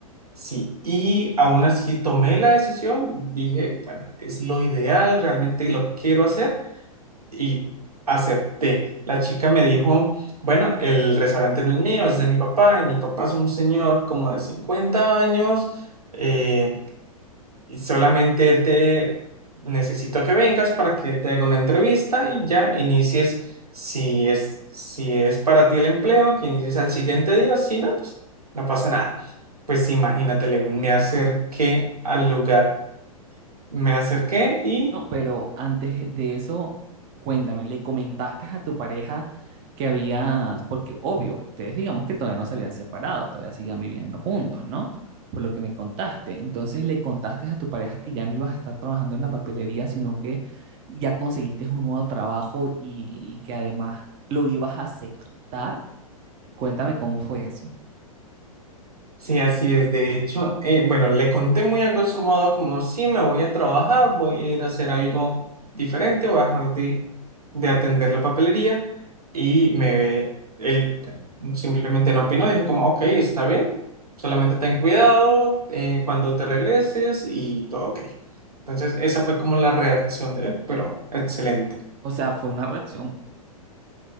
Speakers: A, on the right; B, on the right.
A: Sí, y aún así tomé la decisión, dije, bueno, es lo ideal, realmente lo quiero hacer y acepté. La chica me dijo, bueno, el restaurante no es mío, es de mi papá. y Mi papá es un señor como de 50 años eh, y solamente él te necesito que vengas para que él te haga una entrevista y ya inicies si es, si es para ti el empleo, que inicies al siguiente día. Si no, pues no pasa nada. Pues imagínate, Lewin, me acerqué al lugar, me acerqué y...
B: No, pero antes de eso, cuéntame, ¿le comentaste a tu pareja que habías, porque obvio, ustedes digamos que todavía no se habían separado, todavía siguen viviendo juntos, ¿no? Por lo que me contaste. Entonces, ¿le contaste a tu pareja que ya no ibas a estar trabajando en la papelería, sino que ya conseguiste un nuevo trabajo y, y que además lo ibas a aceptar? Cuéntame cómo fue eso.
A: Sí, así es. De hecho, eh, bueno, le conté muy a grosso modo como sí, me voy a trabajar, voy a ir a hacer algo diferente, voy a dejar de, de atender la papelería y me, él bueno, simplemente no opinó, dijo como, ok, está bien, solamente ten cuidado eh, cuando te regreses y todo ok. Entonces, esa fue como la reacción de él, pero excelente.
B: O sea, fue una reacción